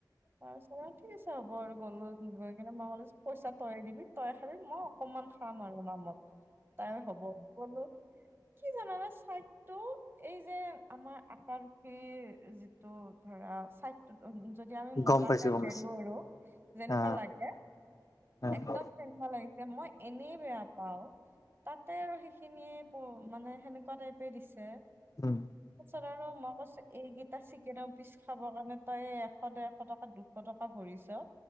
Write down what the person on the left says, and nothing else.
গম
পাইছো গম
পাইছো
হা
হা
উম।